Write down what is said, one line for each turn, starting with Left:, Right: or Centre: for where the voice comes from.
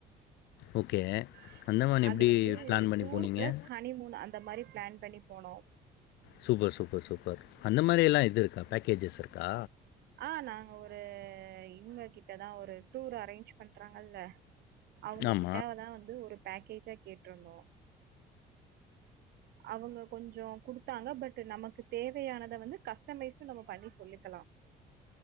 Left: ஓகே
Right: <inaudible>
Left: அந்தமான்
Right: அது
Left: எப்டி
Right: வந்து
Left: பிளான் பண்ணி
Right: டூர்
Left: போனீங்க
Right: பிளஸ் ஹனி மூன் அந்த மாரி ப்ளான் பண்ணி போனோ ம்
Left: சூப்பர் சூப்பர் சூப்பர் அந்த மாதியறல்லா இது இருக்கா பேக்கேஜஸ் இருக்கா
Right: ஆ நாங்க ஒரு இவுங்க கிட்டதா ஒரு டூர் அரேஞ்ச் பண்றாங்கல்ல அவங்க
Left: ஆமா
Right: கிட்டதா வந்து ஒரு பேக்கேஜா கேட்ருந்தோ அவங்க கொஞ்சோ குடுத்தாங்க பட் நமக்கு தேவையானத வந்து கஸ்டமைஸூ நம்ம பண்ணி சொல்லிக்கலா